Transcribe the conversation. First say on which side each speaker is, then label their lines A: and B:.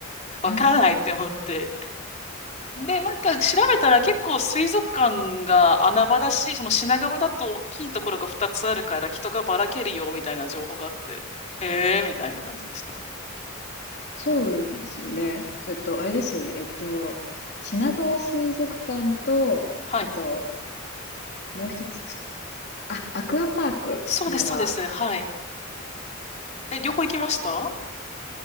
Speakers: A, on the left; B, on the left.
A: わからないって思って。
B: はい。
A: で、なんか調べたら結構水族館が穴場だし、その品川だと大きいところが2つあるから人がばらけるよみたいな情報があって、へえーみたいな感じでした。
B: そうなんですよね。
A: うん
B: それと、あれですよね。えっと、品川水族館と、
A: はい。
B: あと、もう一つ、つあ、アクアパーク、
A: そうです、
B: 品川。
A: そうです。はい。え、両方行きました